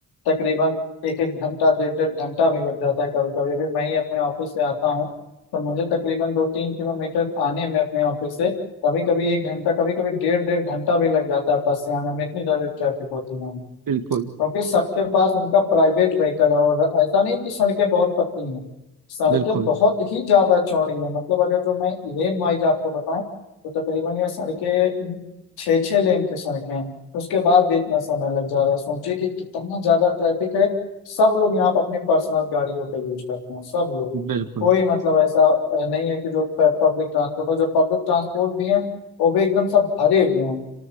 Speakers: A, on the left; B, on the right.
A: तकरीबन एक एक घंटा डेढ़ डेढ़ घंटा भी लग जाता है कभी कभी अभी मैं ही अपने ऑफिस से आता हूँ तो मुझे तकरीबन दो तीन किलोमीटर आने में अपने ऑफिस से कभी कभी एक घंटा कभी कभी डेढ़ डेढ़ घंटा भी लग जाता है बस से आने में इतनी ज्यादा ट्रैफिक होती है
B: बिल्कुल
A: क्योंकि सबके पास उनका प्राइवेट व्हीकल है और ऐसा नहीं कि सड़कें बहुत पतली हैं सड़कें
B: बिल्कुल
A: बहुत ही ज्यादा चौड़ी हैं मतलब अगर जो मैं लेन वाइज आपको बताऊं तो तकरीबन ये सड़कें छः छः लेन की सड़कें हैं उसके बाद भी इतना समय लग जा रहा है सोचिए कि कितना ज्यादा ट्रैफिक है सब लोग यहाँ पर अपनी पर्सनल गाड़ियों का यूज करते हैं सब लोग
B: बिल्कुल
A: कोई मतलब ऐसा अ, नहीं है कि जो पब्लिक ट्रांसपोर्ट हो जो पब्लिक ट्रांसपोर्ट भी है वो भी एकदम सब भरे हुए हैं